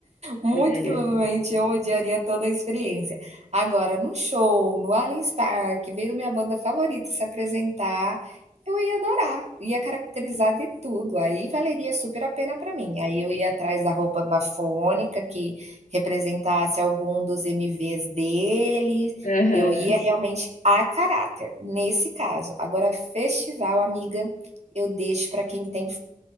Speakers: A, on the right (about 55°); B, on the left (about 85°).
A: Muito
B: Olharia
A: provavelmente
B: tudo.
A: eu odiaria toda a experiência. Agora, num show, no Allianz Parque, vendo minha banda favorita se apresentar, eu ia adorar, ia caracterizar de tudo. Aí valeria super a pena para mim. Aí eu ia atrás da roupa bafônica que representasse algum dos MVs dele.
B: Aham,
A: Eu ia realmente a caráter, nesse caso. Agora, festival, amiga, eu deixo para quem tem